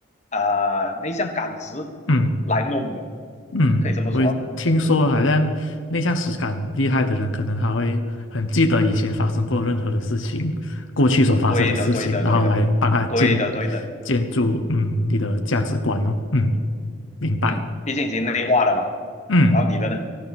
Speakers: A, on the left; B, on the left.
A: 呃内向感知
B: 嗯
A: 来弄的，
B: 嗯，
A: 可以这么说啊。
B: 我也听说好像内向实感厉害的人，可能他会很记得以前发生过任何的事情，过去所发生的事情，
A: 对的，对的，
B: 然后来帮他建
A: 对的，对的，对的，
B: 建筑嗯你的价值观哦。嗯，明白。
A: 嗯，毕竟已经内化了嘛。
B: 嗯，
A: 然后你的呢？